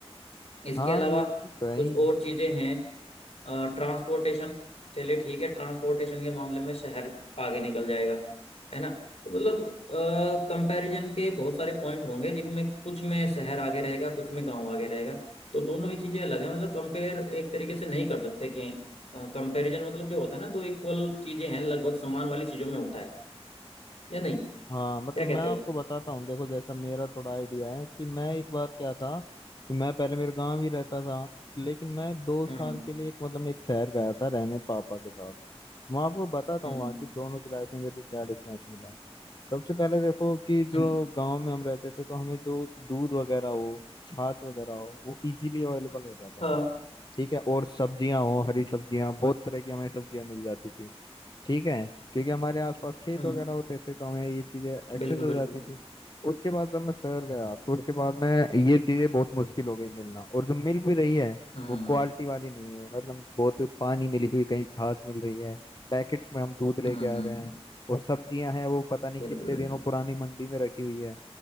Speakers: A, on the left; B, on the left.
A: इसके
B: हाँ
A: अलावा
B: ये चीज तो है
A: कुछ
B: ही
A: और चीजें हैं ट्रांसपोर्टेशन चलिए ठीक है ट्रांसपोर्टेशन के मामले में शहर आगे निकल जाएगा है ना तो मतलब कंपैरिजन के बहुत सारे पॉइंट होंगे जिनमें कुछ में शहर आगे रहेगा कुछ में गांव आगे रहेगा तो दोनों ही चीजें अलग है मतलब कंपेयर एक तरीके से नहीं कर सकते कि कंपैरिजन मतलब जो होता है ना दो इक्वल चीजें हैं लगभग समान वाली चीजों में होता है या नहीं
B: हाँ
A: क्या
B: मतलब
A: कहते
B: मैं आपको
A: हो इस-
B: बताता हूँ देखो जैसा मेरा थोड़ा आइडिया है कि मैं एक बार क्या था कि मैं पहले मेरे गांव ही रहता था लेकिन मैं दो साल
A: हम्म
B: के लिए एक मतलब एक शहर गया था रहने पापा के साथ मैं आपको बताता
A: हम्म
B: हूँ वहाँ की दोनों की लाइफ में मेरे को क्या डिफरेंस मिला सबसे पहले देखो कि जो
A: हम्म
B: गांव में हम रहते थे तो हमें जो दूध वगैरह हो छाछ वगैरह हो वो इजीली अवेलेबल हो जाता
A: हाँ
B: था ठीक है और सब्जियां हो हरी सब्जियां बहुत तरह की हमें सब्जियां मिल जाती थी ठीक है क्योंकि हमारे आसपास खेत
A: हम्म
B: वगैरह होते थे तो हमें ये चीजें एक्सेस
A: बिल्कुल
B: हो
A: बिल्कुल
B: जाती थी उसके बाद जब मैं शहर गया तो उसके बाद में ये चीजें बहुत मुश्किल हो गई मिलना और जो मिल भी रही है
A: हम्म
B: वो क्वालिटी वाली नहीं है मतलब बहुत पानी मिली हुई कहीं छाछ मिल रही है पैकेट्स में हम दूध लेके
A: हम्म हम्म,
B: आ रहे हैं और सब्जियां हैं वो पता नहीं
A: बिल्कुल
B: कितने
A: बिल्कुल
B: दिनों पुरानी मंडी में रखी हुई है